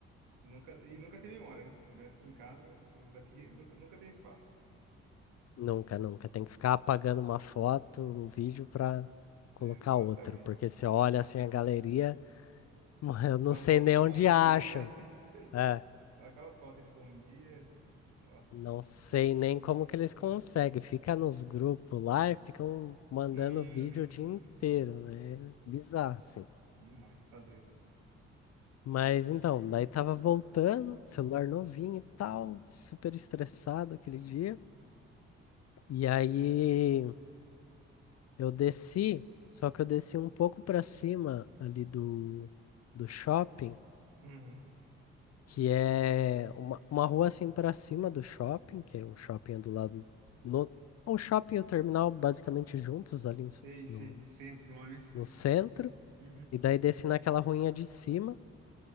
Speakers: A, on the right; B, on the left.
A: Nunca, e nunca tem memória, né? Começa aqui em casa, os daqui <laughs> nunca, nunca tem espaço.
B: Nunca, nunca. Tem que ficar apagando uma foto, um vídeo pra colocar
A: Exatamente.
B: outro, porque você olha assim a galeria, <laughs>
A: Só
B: mano, eu não sei
A: bom,
B: nem
A: só
B: onde
A: bom
B: acham.
A: dia. <laughs>
B: É.
A: Dá Aquela sorte de bom dia. Nossa.
B: Não sei nem como que eles conseguem. Fica nos grupos lá e ficam mandando
A: Uhum.
B: vídeo o dia inteiro, né? Bizarro, assim.
A: Demais, tá doido.
B: Mas então, daí tava voltando, celular novinho e tal, super estressado aquele dia. E aí eu desci, só que eu desci um pouco pra cima ali do, do shopping.
A: Uhum.
B: que é uma, uma rua assim para cima do shopping, que é o shopping é do lado no, o shopping e o terminal basicamente juntos ali em
A: Sei,
B: São-
A: sei,
B: no,
A: do centro lá, né?
B: no centro,
A: Uhum.
B: e daí desci naquela ruinha de cima,